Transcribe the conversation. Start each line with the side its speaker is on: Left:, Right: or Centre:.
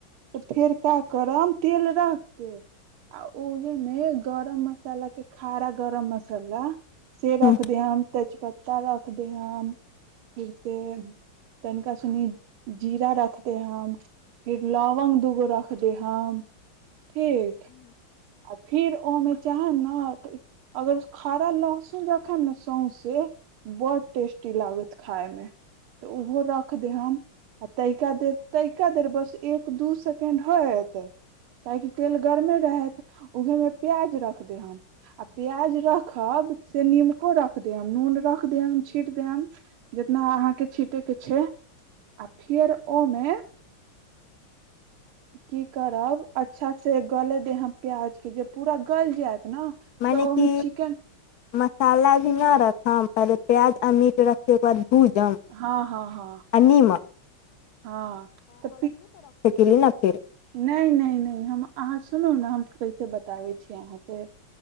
Right: तऽ फेर क करम तेल रख के आ उहे मे गरम मसाला के खारा गरम मसाला से रखद
Left: हूँ
Right: ह हम तेजपत पत्ता रख दे हम फिर से तनिका सनि जीरा रख दे हम फिर लवंग दूगो रख दे हम ठीक आ फिर ओमे चाहे ने अगर खराा लहसुन रखब ने सौँसे बड टेस्टी लागत खायमे तऽ ओहो रख देम आ तइिका देर तइिका देर बस एक दू सेकें्ड होत काहेकि तेल गरमे रहत उहेमे प्याज रख दे हम आ प्याज रखब से नीमको रख देम नून रख देम छीट देम जितना अहाँके छीिटे के छै आ फेर ओमे की करब अच्छा से गले दे प्याज के ज पूरा गल जायत ने
Left: मने
Right: तऽ ओहिमे
Left: क
Right: चिकेन
Left: मसाला भी नहि रखब ब्याज अमीर रखेके बाद भूजम
Right: हँ हँ हँ
Left: आ नीमक
Right: हँ त
Left: कली न फेर
Right: नहि नहि नहि हम अहाँ सुनू ने हम कैसे बताबै छी अहाँके